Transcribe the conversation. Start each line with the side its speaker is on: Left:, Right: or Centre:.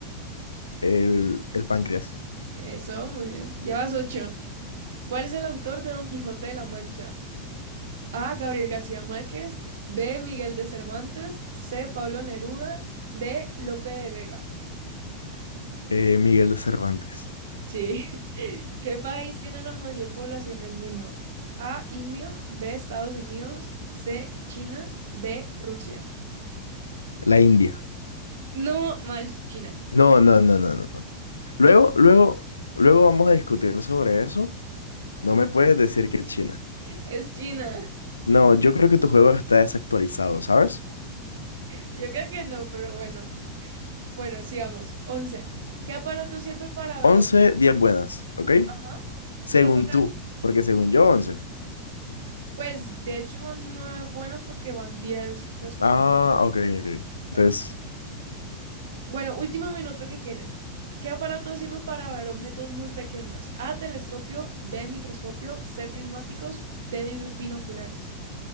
Left: El, el páncreas.
Right: Eso, muy bien. Llevas ocho. ¿Cuál es el autor de Don Quijote de la Mancha? A, Gabriel García Márquez, B, Miguel de Cervantes, C, Pablo Neruda, D, Lope de Vega.
Left: Eh, Miguel de Cervantes.
Right: Sí. <laughs> ¿Qué país tiene la mayor población del mundo? A, India, B, Estados Unidos, C, China, D, Rusia.
Left: La India.
Right: No, mal, China.
Left: No, no, no, no, no. no. Luego, luego, luego vamos a discutir sobre eso. No me puedes decir que China.
Right: Es China. <laughs>
Left: No, yo creo que tu juego está desactualizado, ¿sabes?
Right: Yo creo que no, pero bueno. Bueno, sigamos. 11. ¿Qué aparato sirve para ver
Left: 11
Right: objetos?
Left: 10 buenas, ¿ok?
Right: Ajá.
Left: Según
Right: ¿Qué aparato?
Left: tú, porque según yo, once.
Right: Pues de hecho van nueve buenas porque van 10 respuestas.
Left: Ah, ok, ok.
Right: Bueno,
Left: Entonces,
Right: Bueno, último minuto que tienes. ¿Qué aparato sirve para ver objetos muy pequeños? A, telescopio, B, microscopio, C, prismáticos, D, bi- binoculares.